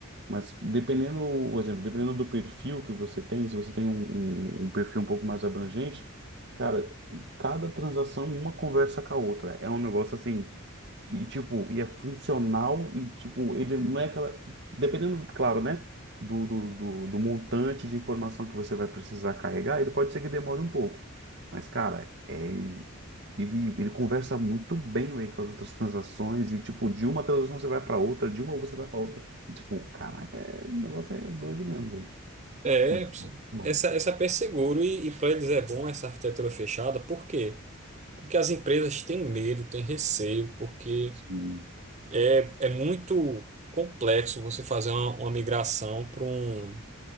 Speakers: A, on the right (about 55°); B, on the right (about 35°).
A: Mas dependendo, por exemplo, dependendo do perfil que você tem, se você tem um, um- um perfil um pouco mais abrangente, cara, cada transação uma conversa com a outra. É um negócio assim e, tipo, e é funcional e, tipo, ele não é aquela... Dependendo, claro, né? Do, do, do, do montante de informação que você vai precisar carregar, ele pode ser que demore um pouco. Mas, cara, é... ele, ele conversa muito bem, véi, com as outras <laughs> transações e, tipo, de uma transação você vai para outra, de uma você vai para outra. E, tipo, caraca, é... o negócio é doido mesmo, velho.
B: É,
A: Muito bom, muito bom.
B: essa, SAP é seguro e, e para eles é bom essa arquitetura fechada, por quê? Porque as empresas têm medo, têm receio, porque
A: Sim.
B: é, é muito complexo você fazer uma, uma migração para um